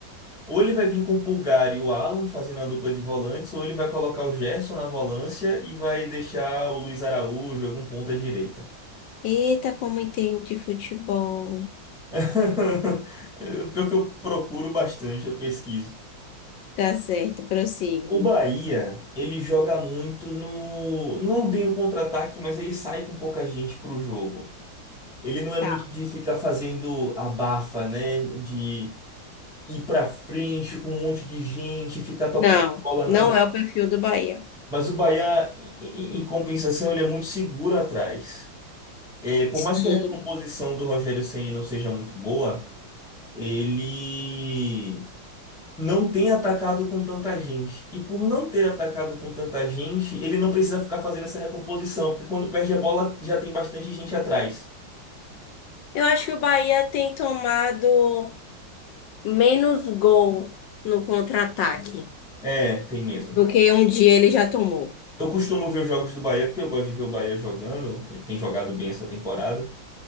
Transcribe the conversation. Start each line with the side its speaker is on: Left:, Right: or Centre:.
Centre: Ou ele vai vir com o Pulgar e o Alan fazendo a dupla de volantes, ou ele vai colocar o Gerson na volância e vai deixar o Luiz Araújo, algum ponta direita.
Left: Eita, como entendo de futebol.
Centre: <laughs> Pelo que eu procuro bastante, eu pesquiso.
Left: Tá certo, prossigo.
Centre: O Bahia, ele joga muito no. Não é bem o contra-ataque, mas ele sai com pouca gente pro jogo. Ele não é
Left: Tá.
Centre: muito de ficar fazendo abafa, né? De ir pra frente com um monte de gente, ficar tocando
Left: Não,
Centre: bola na.
Left: não
Centre: na-
Left: é o perfil do Bahia.
Centre: Mas o Bahia, em, em compensação, ele é muito seguro atrás. É, por
Left: Sim.
Centre: mais que a recomposição do Rogério Ceni não seja muito boa, ele. não tem atacado com tanta gente. E por não ter atacado com tanta gente, ele não precisa ficar fazendo essa recomposição, porque quando perde a bola já tem bastante gente atrás.
Left: Eu acho que o Bahia tem tomado menos gol no contra-ataque
Centre: É, tem mesmo.
Left: do que um dia ele já tomou.
Centre: Eu costumo ver os jogos do Bahia porque eu gosto de ver o Bahia jogando. Ele tem jogado bem essa temporada.